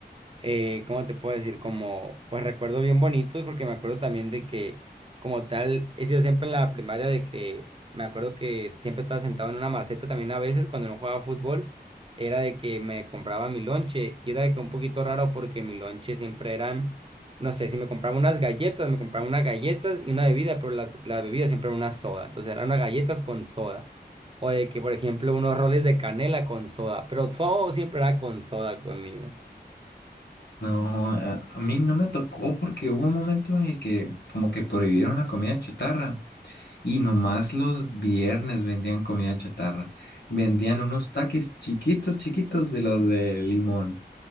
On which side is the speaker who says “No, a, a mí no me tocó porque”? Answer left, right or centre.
Left